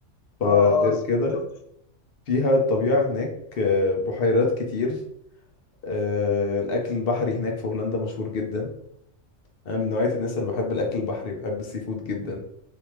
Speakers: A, on the left; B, on the left.
A: فغير
B: اه اه
A: كده
B: شفت
A: فيها الطبيعة هناك آه، بحيرات كتير آه، الاكل البحري هناك في هولندا مشهور جدا انا من نوعية الناس اللي بحب الاكل البحري بحب السي فود جدا